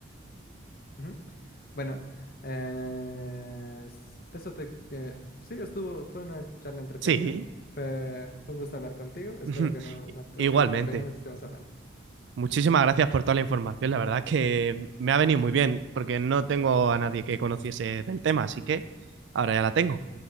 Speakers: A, on the left (about 50°); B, on the right (about 60°).
A: Ujú. Bueno, eh, s- eso te... eh, sí, estuvo, fue una charla entretenida.
B: Sí,
A: Fue fue un gusto hablar contigo. Espero
B: <laughs>
A: que en una próxima
B: igualmente.
A: oportunidad nos estemos hablando.
B: Muchísimas gracias por toda la información. La verdad es que me ha venido muy bien porque no tengo a nadie que conociese del tema, así que ahora ya la tengo.